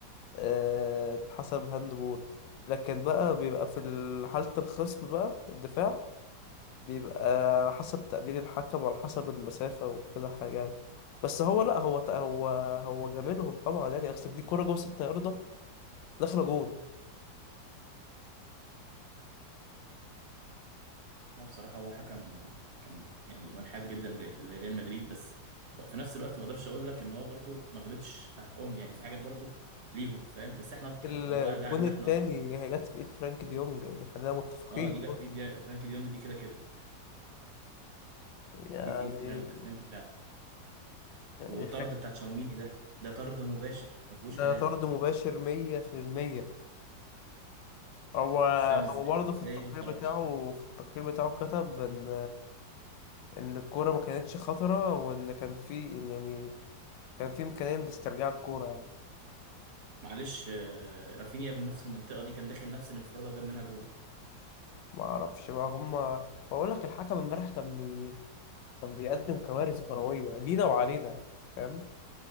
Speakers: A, on the left; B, on the right.
A: آه، تتحسب هاند بول لكن بقى بيبقى في ال- حالة الخصم بقى الدفاع بيبقى على حسب تقدير الحكم وعلى حسب المسافة وكده حاجة يعني بس هو لا هو ت- هو هو جاملهم طبعا يعني اصل دي كرة جوه 6 ياردة داخلة جون
B: انا بصراحة هو حكم آه، كان يعني منحاز جدا ر- لريال مدريد بس ب- في نفس الوقت ما اقدرش اقول لك ان هو برضو ما غلطش في حقهم يعني في حاجات برضو ليهم فاهم بس احنا اكتر
A: ال-
B: يعني هو
A: الجون
B: جه علينا
A: التاني
B: احنا اكتر
A: هي جت في ايد فرانك ديونج يعني خلينا متفقين
B: اه دي جت
A: برضه.
B: في ايد فرانكي ديونج دي كده كده
A: يعني
B: دي في ايد درا- فرانكي فعلا وطرد
A: دي حاجة
B: بتاع تشاوميني ده ده طرد مباشر ما فيهوش
A: ده
B: كلام
A: طرد مباشر مية في المية هو
B: انا مش فاهم ازاي
A: هو برضه
B: ازاي
A: في التقرير
B: ما اتطردش
A: بتاعه في التقرير بتاعه كتب ان ان الكورة ما كانتش خطرة وان كان في إن يعني كان في امكانية لاسترجاع الكورة يعني
B: معلش آه، رافينيا من نفس المنطقه دي كان داخل نفس الانفراد وجاب منها جون
A: ما اعرفش بقى هما بقول لك الحكم امبارح كان بي... كان بيقدم كوارث كروية لينا وعلينا يعني فاهم